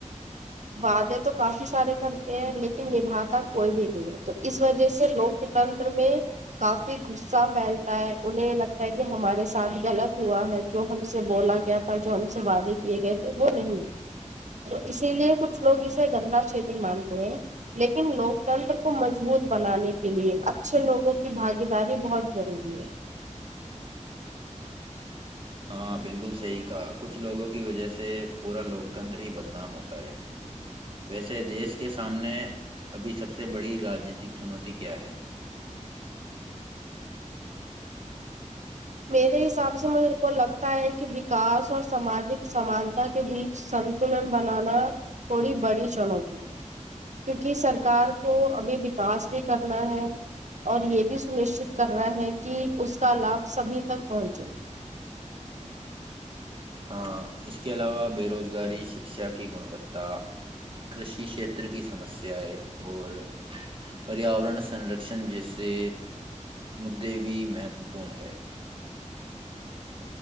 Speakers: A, on the right (about 65°); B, on the right (about 40°).
A: وعدے تو کافی سارے کرتے ہیں لیکن نبھاتا کوئی بھی نہیں ہے تو اس وجہ سے لوکتنتر میں کافی صہ پھیلتا ہے انہیں لگتا ہے کہ ہمارے ساتھ غلط ہوا ہے جو ہم سے بولا گیا تھا جو ہم سے وعدے کیے گئے تھے وہ نہیں ہے تو اسی لیے کچھ لوگ اسے گندا چھیتر مانتے ہیں لیکن لوکتنتر کو مضبوط بنانے کے لیے اچھے لوگوں کی بھاگی داری بہت ضروری ہے
B: ہاں بالکل صحی کہا کچھ لوگوں کی وجہ سے پورا لوکتنتر ہی بدنام ہوتا ہے ویسے دیش کے سامنے ابھی سب سے بڑی رانیتک چنوتی کیا ہے
A: میرے حساب سے مجے کو لگتا ہے کہ وکاس اور سماجک سمانتا کے بیچ سنتلن بنانا تھوڑی بڑی چنوتی ہے کیونکہ سرکار کو ابھی وکاس بھی کرنا ہے اور یہ بھی سنشچت کرنا ہے کہ اس کا لابھ سبھی تک پہنچائ
B: ہاں اس کے علاوہ بے روزگاری شکشا کی گنوتا کرشی شھیتر کی سمسیایں اور پریاورن سنرکشن جیسے مدے بھی مہتوپورن ہے <unintelligible>